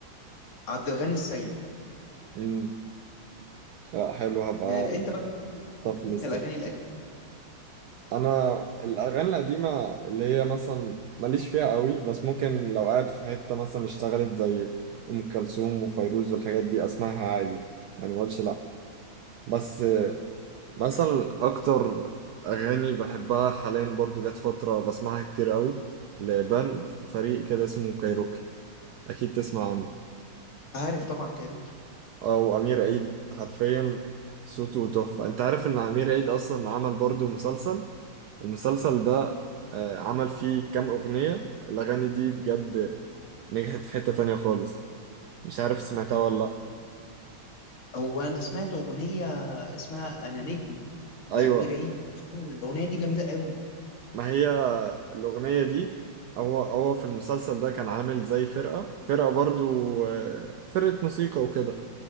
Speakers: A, on the left; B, on the right.
A: عبد الغني السيد
B: مم. لا حلو هبقى
A: آه، انت بقى بتحب تسمع
B: طف
A: ايه
B: ليست
A: من الاغاني القديمه
B: أنا الأغاني القديمة اللي هي مثلا ماليش فيها قوي بس ممكن لو قاعد في حتة مثلا اشتغلت زي أم كلثوم وفيروز والحاجات دي أسمعها عادي يعني مقولش لأ بس مثلا اكتر اغاني بحبها حاليا برضو جت فتره بسمعها كتير قوي لبند فريق كده اسمه كايروكي اكيد تسمع عنه
A: عارف طبعا كايروكي
B: او امير عيد حرفيا صوته تحفه انت عارف ان امير عيد اصلا عمل برضو مسلسل المسلسل ده آه، عمل فيه كام اغنيه الاغاني دي بجد نجحت في حته تانية خالص مش عارف سمعتها ولا لا
A: هو انا سمعت اغنيه اسمها انا نجم
B: ايوه
A: لامير عيد الاغنيه دي جميله قوي
B: ما هي الأغنية دي هو هو في المسلسل ده كان عامل زي فرقة فرقة برضو آه، فرقة موسيقى وكده